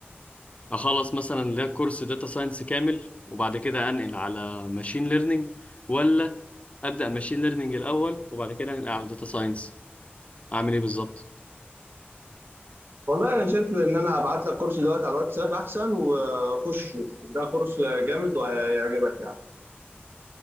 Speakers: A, on the left; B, on the right.
A: اخلص مثلا لا كورس داتا ساينس كامل وبعد كده انقل على ماشين ليرنينج ولا ابدا ماشين ليرنينج الاول وبعد كده انقل على داتا ساينس اعمل ايه بالظبط
B: والله انا شايف ان انا هبعت لك كورس دلوقتي على الواتساب احسن وخش شوف ده كورس جامد وهيعجبك يعني